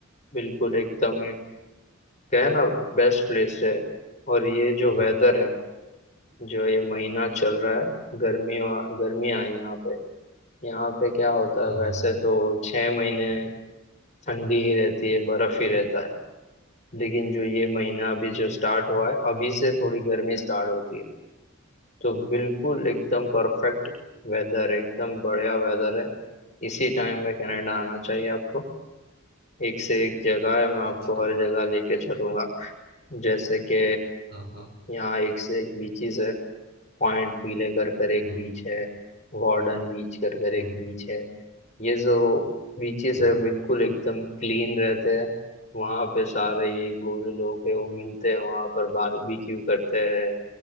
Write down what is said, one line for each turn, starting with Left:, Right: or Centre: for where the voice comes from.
Left: बिल्कुल एकदम क्या है ना बेस्ट प्लेस है और ये जो
Right: हाँ
Left: वेदर है जो ये महीना चल रहा है गर्मियों गर्मियाँ हैं यहाँ पे यहाँ पे क्या होता
Right: हाँ
Left: है वैसे तो छह महीने ठंडी ही रहती है बर्फ ही रहता है लेकिन जो ये महीना अभी जो स्टार्ट हुआ है अभी से थोड़ी गर्मी स्टार्ट होती है तो बिल्कुल एकदम परफेक्ट वेदर एकदम बढ़िया वेदर है इसी टाइम पे कनाडा आना चाहिए आपको एक से एक जगह है मैं आपको
Right: अच्छा
Left: हर जगह लेके चलूंगा जैसे कि
Right: हाँ
Left: यहाँ एक से एक बीचेस है पॉइंट पीले कर कर एक
Right: हम्म
Left: बीच है वार्डन बीच कर कर एक
Right: हम्म
Left: बीच है ये जो बीचेस
Right: हम्म
Left: है बिल्कुल एकदम क्लीन रहते हैं वहाँ पे सारे ये गोरे लोग हैं वो मिलते हैं वहाँ पर बारबेक्यू करते हैं